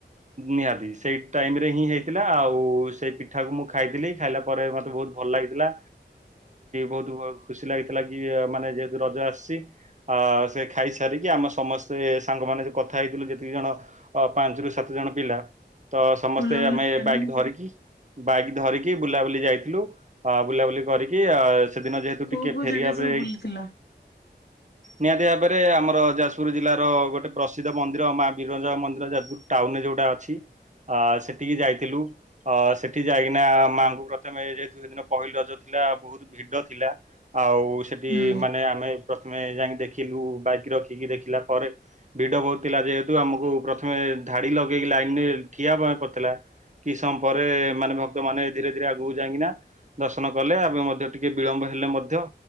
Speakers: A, on the right (about 40°); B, on the left (about 60°).
A: ନିହାତି ସେଇ ଟାଇମ ରେ ହିଁ ହେଇଥିଲା ଆଉ ଆଉ ସେଇ ପିଠା କୁ ମୁଁ ଖାଇଥିଲି ଖାଇଲା ପରେ ମତେ ବହୁତ ଭଲ ଲାଗିଥିଲା। ବହୁତ ଖୁସି ଲାଗିଥିଲା କି ମାନେ ଯେହେତୁ ରଜ ଆସିଛି। ଆ ସେ ଖାଇସାରିକି ଆମେ ସମସ୍ତେ ସାଙ୍ଗମାନେ କଥା ହେଇଥିଲୁ ଯେତିକି ଜଣ ଅ ପାଞ୍ଚରୁ ସାତ ଜଣ ପିଲା ତ ସମସ୍ତେ
B: ବୁଲାବୁଲି
A: ଆମେ
B: ପ୍ଲାନିଂ
A: ବାଇକ୍ ବାଇକ୍ ଧରିକି ବୁଲାବୁଲି ଯାଇଥିଲୁ ବୁଲାବୁଲି କରି ଆ ସେଦିନ ଯେହେତୁ
B: କୋଉ
A: ଟିକେ
B: କୋଉ
A: ଫେରିବା
B: ଜାଗା ସବୁ
A: ପାଇଁ
B: ବୁଲିଥିଲ?
A: ନିହାତି ଭାବରେ ଆମର ଯାଜପୁର ଜିଲ୍ଲାର ଗୋଟେ ପ୍ରସିଦ୍ଧ ମନ୍ଦିର ମା ବୀରଜା ମନ୍ଦିର ଯାଜପୁର ଟାଉନରେ ଯୋଉଟା ଅଛି ଆ ସେଠିକି ଯାଇଥିଲୁ। ଅ ସେଠି ଯାଇକିନା ମାଆଙ୍କୁ ପ୍ରଥମେ ଯେହେତୁ ସେଦିନ ପହିଲି ରଜ ଥିଲା ବହୁତ ଭିଡ ଥିଲା। ଆଉ ସେଠି
B: ହୁଁ
A: ମାନେ ଆମେ ପ୍ରଥମେ ଯାଇକି ଦେଖିଲୁ ବାଇକ ରଖିକି ଦେଖିଲା ପରେ ଭିଡ ବହୁ ଥିଲା ଯେହେତୁ ଆମକୁ ପ୍ରଥମେ ଧାଡି ଲଗେଇକି ଲାଇନରେ ଠିଆହବା କଥିଲା। କି ସମ ପରେ ମାନେ ଭକ୍ତ ମାନେ ଧୀରେ ଧୀରେ ଆଗକୁ ଯାଇକିନା ଦର୍ଶନ କଲେ ଆବେ ମଧ୍ୟ ଟିକେ ବିଳମ୍ବ ହେଲେ ମଧ୍ୟ